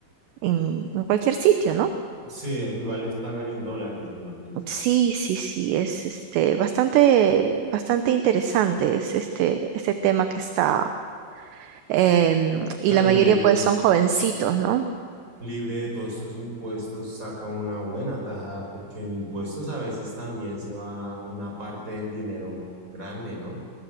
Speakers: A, on the right; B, on the right.
A: en, en cualquier sitio, ¿no?
B: Sí, igual les pagan en dólares, me imagino.
A: Sí, sí, sí, es este bastante, bastante interesante es este, este tema que está em,
B: Claro,
A: y la mayoría
B: y libre,
A: pues son jovencitos, ¿no?
B: libre de todos estos impuestos, saca una buena tajada, porque en impuestos a veces también se va una parte del dinero grande, ¿no?